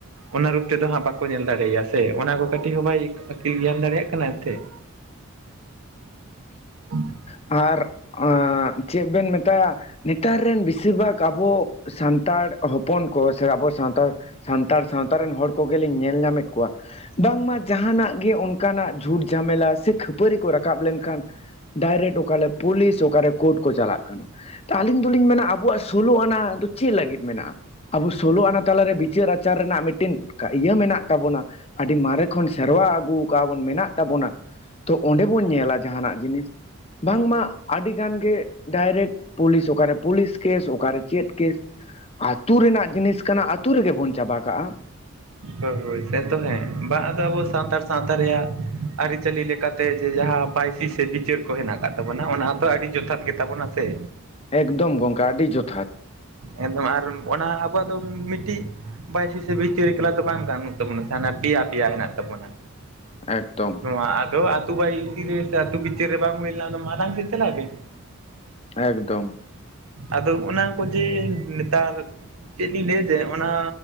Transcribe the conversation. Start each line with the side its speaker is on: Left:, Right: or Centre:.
Right: ᱚᱱᱟ ᱨᱩᱯ ᱛᱮᱫᱚ ᱦᱟᱸᱜ ᱵᱟᱠᱚ ᱧᱮᱞ ᱫᱟᱲᱮᱭᱟᱭᱟ ᱥᱮ ᱚᱱᱟ ᱠᱚ ᱠᱟᱹᱴᱤᱡ ᱦᱚᱸ ᱵᱟᱭ ᱟᱹᱠᱤᱞ ᱜᱮᱭᱟᱱ ᱫᱟᱲᱮᱭᱟᱜ ᱠᱟᱱᱟ ᱮᱱᱛᱮᱜ᱾ <unintelligible>
Left: ᱟᱨ ᱟᱸᱜ ᱪᱮᱫ ᱵᱮᱱ ᱢᱮᱛᱟᱭᱟ ᱱᱮᱛᱟᱨ ᱨᱮᱱ ᱵᱮᱥᱤᱨ ᱵᱷᱟᱜᱽ ᱟᱵᱚ ᱥᱟᱱᱛᱟᱲ ᱦᱚᱯᱚᱱ ᱠᱚ ᱥᱮ ᱟᱵᱚ ᱥᱟᱱᱛᱟᱲ ᱥᱟᱱᱛᱟᱲ ᱥᱟᱶᱛᱟ ᱨᱮᱱ ᱦᱚᱲ ᱠᱚᱜᱮᱞᱤᱧ ᱧᱮᱞ ᱧᱟᱢᱮᱫ ᱠᱚᱣᱟ ᱵᱟᱝᱢᱟ ᱡᱟᱦᱟᱱᱟᱜ ᱜᱮ ᱚᱱ ᱚᱱᱠᱟᱱᱟᱜ ᱡᱷᱩᱴ ᱡᱷᱟᱢᱮᱞᱟ ᱥᱮ ᱠᱷᱟᱹᱯᱟᱹᱨᱤ ᱠᱚ ᱨᱟᱠᱟᱵ ᱞᱮᱱᱠᱷᱟᱱ ᱰᱟᱭᱨᱮᱠᱴ ᱚᱠᱟᱞ ᱞᱮ ᱯᱩᱞᱤᱥ ᱚᱠᱟᱨᱮ ᱠᱳᱨᱴ ᱠᱚ ᱪᱟᱞᱟᱜ ᱠᱟᱱᱟ᱾ ᱟᱹᱞᱤᱧ ᱫᱚᱞᱤᱧ ᱢᱮᱱᱟ ᱟᱵᱚᱣᱟᱜ ᱥᱳᱞᱳ ᱟᱱᱟ ᱫᱚ ᱪᱮᱫ ᱞᱟᱹᱜᱤᱫ ᱢᱮᱱᱟᱜ-ᱟ? ᱟᱵᱚ ᱥᱳᱞᱳ ᱟᱱᱟ ᱛᱟᱞᱟᱨᱮ ᱵᱤᱪᱟᱹᱨ ᱟᱪᱟᱨ ᱨᱮᱱᱟᱜ ᱢᱤᱫᱴᱤᱱ ᱤᱭᱟᱹ ᱢᱮᱱᱟᱜ ᱛᱟᱵᱚᱱᱟ, ᱟᱹᱰᱤ ᱢᱟᱨᱮ ᱠᱷᱚᱱ ᱥᱮᱨᱣᱟ ᱟᱹᱜᱩ ᱠᱟᱜ ᱵᱚᱱ ᱢᱮᱱᱟᱜ ᱛᱟᱵᱚᱱᱟ, ᱛᱚ ᱚᱸᱰᱮ ᱵᱚᱱ ᱧᱮᱞᱟ ᱡᱟᱦᱟᱸᱱᱟᱜ ᱡᱤᱱᱤᱥ ᱵᱟᱝᱢᱟ ᱟᱹᱰᱤ ᱜᱟᱱ ᱜᱮ ᱰᱟᱭᱨᱮᱠᱴ ᱯᱩᱞᱤᱥ ᱚᱠᱟᱨᱮ ᱯᱩᱞᱤᱥ ᱠᱮᱥ ᱚᱠᱟᱨᱮ ᱪᱮᱫ ᱠᱮᱥ ᱟᱛᱩ ᱨᱮᱱᱟᱜ ᱡᱤᱱᱤᱥ ᱠᱟᱱᱟ ᱟᱹᱛᱩ ᱨᱮᱜᱮ ᱵᱚᱱ ᱪᱟᱵᱟ ᱠᱟᱜᱼᱟ᱾
Right: ᱦᱳᱭ ᱦᱳᱭ ᱥᱮᱛᱚ ᱦᱮᱸ ᱵᱟᱝ ᱟᱫᱚ ᱟᱵᱚ ᱥᱟᱱᱛᱟᱲ ᱥᱟᱶᱛᱟ ᱨᱮᱭᱟᱜ ᱟᱹᱨᱤᱪᱟᱹᱞᱤ ᱞᱮᱠᱟᱛᱮ ᱡᱮ ᱡᱟᱦᱟᱸ ᱵᱟᱭᱥᱤ ᱥᱮ ᱵᱤᱪᱟᱹᱨ ᱠᱚ ᱦᱮᱸᱱᱟᱜ ᱠᱟᱫ ᱛᱟᱵᱚᱱᱟ ᱚᱱᱟᱛᱚ ᱟᱹᱰᱤ ᱡᱚᱛᱷᱟᱛ ᱜᱮᱛᱟᱵᱚᱱᱟ ᱥᱮ?
Left: ᱮᱠᱫᱚᱢ ᱜᱚᱢᱜᱟ ᱟᱹᱰᱤ ᱡᱚᱛᱷᱟᱛ᱾
Right: ᱮᱠᱫᱚᱢ ᱟᱨ ᱚᱱᱟ ᱟᱵᱚᱣᱟᱜ ᱫᱚ ᱢᱤᱫᱴᱤᱡ ᱵᱟᱭᱥᱤ ᱥᱮ ᱵᱤᱪᱟᱹᱨᱤᱠᱞᱟ ᱛᱚ ᱵᱟᱝ ᱵᱟᱱᱩᱜ ᱛᱟᱵᱚᱱᱟ ᱦᱟᱸᱱᱮ ᱯᱮᱭᱟ ᱯᱮᱭᱟ ᱦᱮᱸᱱᱟᱜ ᱛᱟᱵᱚᱱᱟ᱾
Left: ᱮᱠᱫᱚᱢ
Right: ᱱᱚᱣᱟ ᱟᱫᱚ ᱟᱛᱩ ᱵᱟᱭᱥᱤ ᱨᱮ ᱥᱮ ᱟᱛᱩ ᱵᱤᱪᱟᱹᱨ ᱨᱮ ᱵᱟᱝ ᱦᱩᱭ ᱞᱮᱱᱟ ᱢᱟᱨᱟᱲᱟᱝ ᱥᱮᱫ ᱪᱟᱞᱟᱜ ᱵᱤᱱ᱾
Left: ᱮᱠᱫᱚᱢ᱾
Right: ᱟᱫᱚ ᱚᱱᱟ ᱠᱚ ᱡᱮ ᱱᱮᱛᱟᱨ ᱪᱮᱫ ᱞᱤᱧ ᱞᱟᱹᱭᱟ ᱡᱮ ᱚᱱᱟ